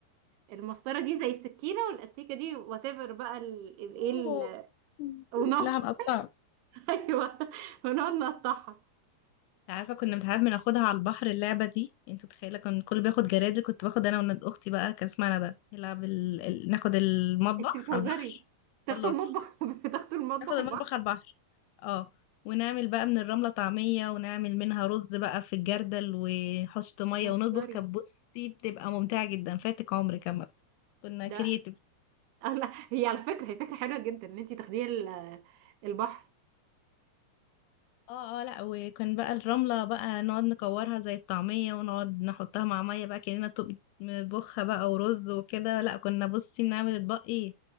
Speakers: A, on the right; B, on the left.
A: المسطره دي زي السكينه والاستيكه دي وات ايفر بقى ال- ال- ايه
B: أوه.
A: ال-
B: <laughs>
A: ونار
B: لا هنقطعه
A: <laughs> ايوه ونقعد نقطعها
B: عارفه كنا بنحب بناخدها على البحر اللعبه دي انت متخيله كان الكل بياخد جرادل كنت باخد انا وولاد اختي بقى كان اسمها ندى نلعب ال... ال... ناخد المطبخ
A: انت بتهزري
B: على البحر
A: تاخدوا
B: والله
A: المطبخ <laughs> بتاخدوا المطبخ
B: ناخد المطبخ
A: البحر
B: على البحر اه ونعمل بقى من الرملة طعمية ونعمل منها رز بقى في الجردل وحشط مية
A: بتهزري
B: ونطبخ كانت بصي بتبقى ممتعة جدا فاتك عمر كمان كنا
A: ده
B: كرييتيف
A: لا هي على فكره هي فكره حلوه جدا ان انت تاخديه ال- البحر
B: اه اه لا وكان بقى الرملة بقى نقعد نكورها زي الطعمية ونقعد نحطها مع مية بقى كأننا طب- بنطبخها بقى ورز وكده لا كنا بصي بنعمل اطباق ايه